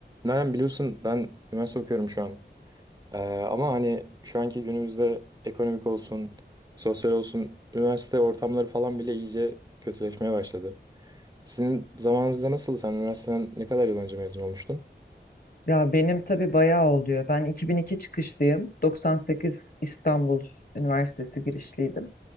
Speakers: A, on the right; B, on the left.
A: Nalan biliyorsun ben üniversite okuyorum şu an. Ee, ama hani şu anki günümüzde ekonomik olsun, sosyal olsun, üniversite ortamları falan bile iyice kötüleşmeye başladı. Sizin zamanınızda nasıl? Sen üniversiteden ne kadar yıl önce mezun olmuştun?
B: Ya benim tabii bayağı oluyor. Ben 2002 çıkışlıyım. 98 İstanbul Üniversitesi girişliydim.